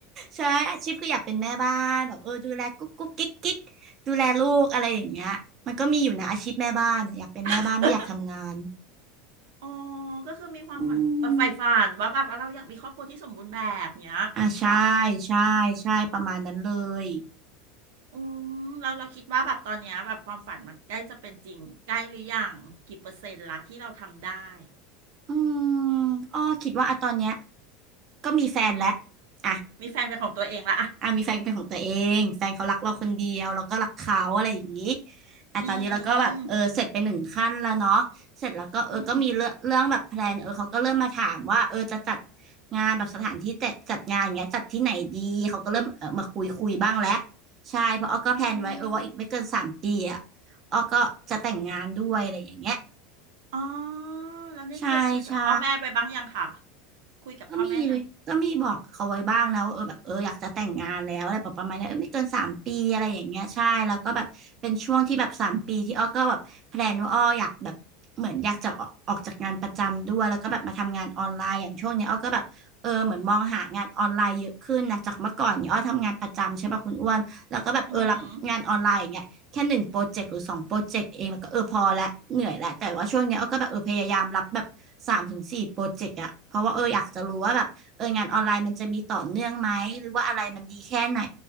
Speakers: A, on the right; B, on the right.
A: ใช่อาชีพคืออยากเป็นแม่บ้านแบบเออดูแลกุ๊กกุ๊กกิ๊กกิ๊กดูแลลูกอะไรอย่างเงี้ยมันก็มีอยู่นะอาชีพแม่บ้านอะอยากเป็นแม่บ้านไม่อยากทำงาน
B: <laughs> อ๋อก็คือมีความฝันเออใฝ่ฝันว่าแบบว่าเราอยากมีครอบครัวที่สมบูรณ์แบบเนี้ยเหรอ
A: อืมอ่าใช่ใช่ใช่ประมาณนั้นเลย
B: อืมเราเราคิดว่าแบบตอนเนี้ยแบบความฝันมันใกล้จะเป็นจริงใกล้หรือยังกี่เปอร์เซ็นต์ละที่เราทำได้
A: อืมอ้อคิดว่าอะตอนเนี้ยก็มีแฟนแล้วอ่ะ
B: มีแฟนเป็นของตัวเองละอะ
A: อ่ะมีแฟนเป็นของตัวเองแฟนเขารักเราคนเดียวเราก็รักเขาอะไรอย่างนี้อ่ะตอนนี้เราก็แบบเออเสร็จไปหนึ่งขั้นแล้วเนาะเสร็จแล้วก็เออก็มีเรื่องเรื่องแบบแพลนเออเขาก็เริ่มมาถามว่าเออจะจัด
B: อืมอืม
A: งานแบบสถานที่จัดจัดงานอย่างเงี้ยจัดที่ไหนดีเขาก็เริ่มเออมาคุยคุยบ้างแล้วใช่เพราะอ้อก็แพลนไว้เออว่าอีกไม่เกินสามปีอ่ะ
B: อืม
A: อ้อก็จะแต่งงานด้วยอะไรอย่างเงี้ย
B: อ๋อแล้วนี่เคยคุยกับพ่อแม่ไปบ้างยังค่ะ
A: ใช่ใช่
B: คุยกับพ่อแม่ยัง
A: ก็มีก็มีบอกเขาไว้บ้างนะว่าเออแบบเอออยากจะแต่งงานแล้วอะไรประมาณเนี้ยเออไม่เกินสามปีอะไรอย่างเงี้ยใช่แล้วก็แบบเป็นช่วงที่แบบสามปีที่อ้อก็แบบแพลนว่าอ้ออยากแบบเหมือนอยากจะออกออกจากงานประจำด้วยแล้วก็แบบมาทำงานออนไลน์อย่างช่วงเนี้ยอ้อก็แบบเออเหมือนมองหางานออนไลน์เยอะขึ้นนะจากเมื่อก่อนเนี่ยอ้อทำงานประจำใช่ป่ะคุณอ้วนแล้วก็แบบเออรับงานออนไลน์อย่างเงี้ย
B: อืม
A: แค่หนึ่งโปรเจกต์หรือสองโปรเจกต์เองแล้วก็เออพอละเหนื่อยละแต่ว่าช่วงเนี้ยเอาก็แบบเออพยายามรับแบบสามถึงสี่โปรเจกต์อะเพราะว่าเอออยากจะรู้ว่าแบบเอองานออนไลน์มันจะมีต่อเนื่องไหมหรือว่าอะไรมันดีแค่ไหน